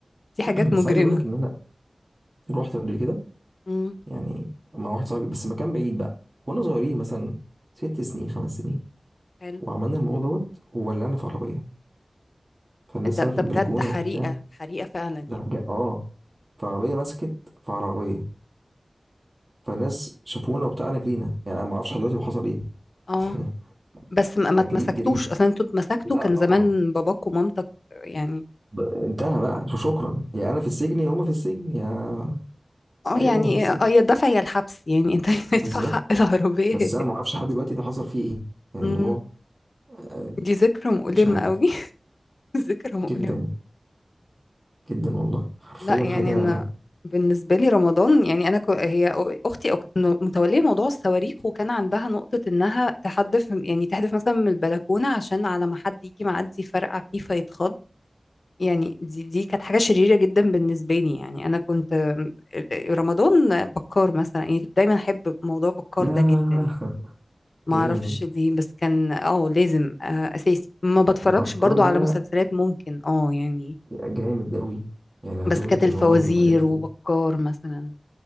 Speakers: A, on the left (about 65°); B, on the right (about 40°).
A: دي حاجات
B: <clears throat> بس
A: مجرمة
B: عايز اقول لك ان انا رحت قبل كده
A: امم
B: يعني مع واحد صاحبي بس مكان بعيد بقى كنا صغيرين مثلا ست سنين خمس سنين
A: حلو
B: وعملنا الموضوع دوت وولعنا في عربية فالناس
A: ده
B: طلعت
A: ده
B: من
A: بجد
B: البلكونة
A: حريقة
B: وبتاع
A: حريقة فعلا يعني
B: لا بجد اه فعربية مسكت في عربية فالناس شافونا وبتاع انا جرينا يعني انا ما اعرفش لحد دلوقتي هو حصل ايه
A: اه
B: <laughs>
A: بس ما ما
B: اجري
A: اتمسكتوش
B: جريت
A: اصلا انتوا اتمسكتوا
B: لا
A: كان
B: طبعا
A: زمان باباك ومامتك يعني
B: ب- انتهى بقى شكرا يا انا في السجن يا هما في السجن يا
A: اه
B: حاجة
A: يعني
B: منهم في السجن
A: اه يا الدفع يا الحبس يعني انت <laughs>
B: بالظبط
A: تدفع حق العربية
B: بس
A: يا تدفع
B: انا ما اعرفش لحد دلوقتي ده حصل فيه ايه يعني
A: امم
B: الموضوع آه،
A: دي ذكرى مؤلمة
B: مش عارف
A: قوي <laughs> ذكرى مؤلمة
B: جدا جدا والله حرفيا
A: لا يعني
B: حاجة
A: انا بالنسبة لي رمضان يعني انا كو هي اختي او كانت متولية موضوع الصواريخ وكان عندها نقطة انها تحدف يعني تحدف مثلا من البلكونة عشان على ما حد يجي معدي يفرقع فيه فيتخض يعني دي دي كانت حاجة شريرة جدا بالنسبة لي يعني أنا كنت رمضان بكار مثلا يعني كنت دايما أحب موضوع بكار
B: ياه
A: ده جدا يعني ما
B: <laughs> جامد
A: أعرفش ليه بس كان اه لازم آه، أساسي ما بتفرجش
B: بكار
A: برضو على
B: ده
A: مسلسلات ممكن اه يعني
B: جامد قوي يعني عايز
A: بس
B: اقول
A: كانت
B: لك
A: الفوازير
B: ان هو من الحاجات
A: وبكار
B: ال...
A: مثلا